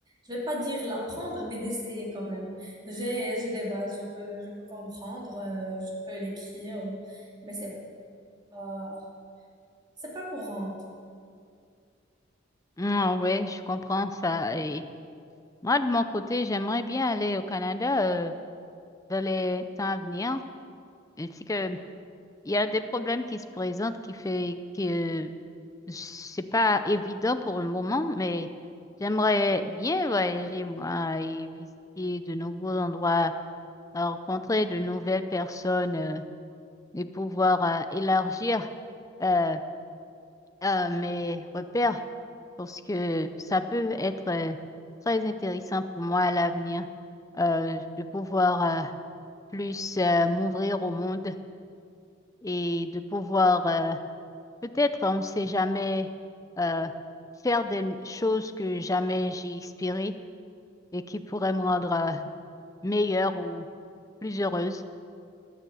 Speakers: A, on the right (about 20°); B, on the left (about 15°).
A: Je vais pas dire l'apprendre, mais d'essayer quand même. J'ai j'ai des bases, je peux je peux comprendre, euh, je peux l'écrire, mais c'est pas c'est pas courante.
B: Hmm, oui, je comprends ça. Et moi, de mon côté, j'aimerais bien aller au Canada euh, dans les temps à venir. Ainsi que Il y a des problèmes qui se présentent qui fait que c'est pas évident pour le moment, mais j'aimerais bien voyager moi et visiter de nouveaux endroits, euh, rencontrer de nouvelles personnes euh, et pouvoir euh, élargir euh, euh, mes repères parce que ça peut être euh, très intéressant pour moi à l'avenir euh, de pouvoir euh, plus euh, m'ouvrir au monde et de pouvoir euh, Peut-être on ne sait jamais euh, faire des choses que jamais j'ai espérées et qui pourraient me rendre euh, meilleure ou plus heureuse.